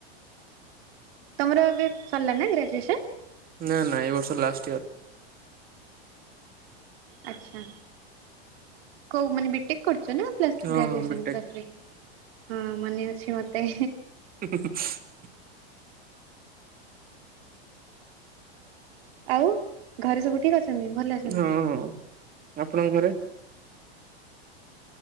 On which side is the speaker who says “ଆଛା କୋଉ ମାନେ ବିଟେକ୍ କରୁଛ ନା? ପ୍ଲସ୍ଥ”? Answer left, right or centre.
Right